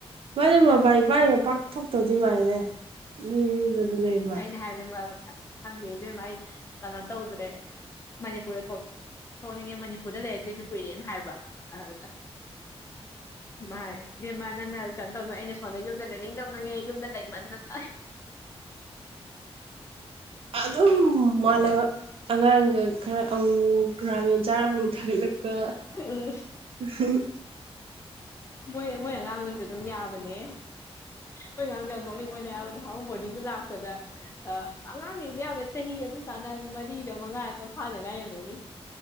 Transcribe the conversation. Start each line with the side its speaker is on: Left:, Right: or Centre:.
Right: ꯃꯥꯗꯤ ꯃꯄꯥꯟ ꯏꯄꯥꯟꯒ ꯄꯥꯛ ꯊꯣꯛꯇꯕꯗꯤ ꯃꯥꯜꯂꯤꯅꯦ ꯑꯗꯨꯝ ꯌꯨꯝꯗꯨꯗ ꯂꯩꯕ ꯃꯥꯜꯂꯦ
Left: <unintelligible> ꯈꯪꯗꯦ ꯏꯕꯦꯝꯃ ꯑꯩ ꯀꯩꯅꯣ ꯇꯧꯗ꯭ꯔꯦ ꯃꯅꯤꯄꯨꯔꯗ ꯊꯣꯛ ꯊꯣꯛꯅꯤꯡꯉꯦ ꯃꯅꯤꯄꯨꯔꯗ ꯂꯩꯔꯛꯇ꯭ꯔꯤꯁꯦ ꯀꯨꯏꯔꯦꯅ ꯍꯥꯏꯕ ꯑꯗꯨꯗ ꯏꯃꯥꯢ ꯏꯕꯦꯝꯕꯥ ꯅꯪꯅ ꯀꯩꯅꯣ ꯇꯧꯕ ꯑꯩꯅ ꯁꯣꯝꯗ ꯌꯨꯝꯗ ꯂꯩꯅꯤꯡꯗꯕꯅꯅꯦ ꯌꯨꯝꯗ ꯂꯩꯃꯟꯗꯅ
Right: ꯑꯗꯨꯝ ꯃꯥꯂꯦꯕ ꯑꯉꯥꯡꯒ ꯈꯔ ꯑꯃꯨ ꯒ꯭ꯔꯥꯃꯤꯟ ꯆꯥꯔ ꯑꯃꯨꯛ ꯊꯥꯒꯠꯂꯛꯄ
Left: ꯎꯝ
Right: <unintelligible>
Left: ꯃꯣꯏ ꯃꯣꯏ ꯑꯉꯥꯡꯗꯨꯁꯨ ꯑꯗꯨꯝ ꯌꯥꯕꯅꯦ ꯃꯣꯏ ꯑꯉꯥꯡꯗꯣ ꯌꯥꯝ ꯅꯣꯛꯅꯤꯡꯕꯅꯦ ꯍꯥꯏꯕ ꯅꯍꯥꯟꯃꯨꯛ ꯕꯣꯔꯗꯤꯡꯗ ꯂꯥꯛꯄꯗ ꯑꯉꯥꯡꯅꯤꯗ ꯌꯥꯝꯅ ꯆꯍꯤ ꯑꯗꯨ ꯀꯥꯟꯗ ꯃꯔꯤꯔ ꯃꯉꯥꯔ ꯇꯪ ꯐꯥꯗ ꯉꯥꯏꯔꯤ ꯑꯣꯏꯔꯝꯒꯅꯤ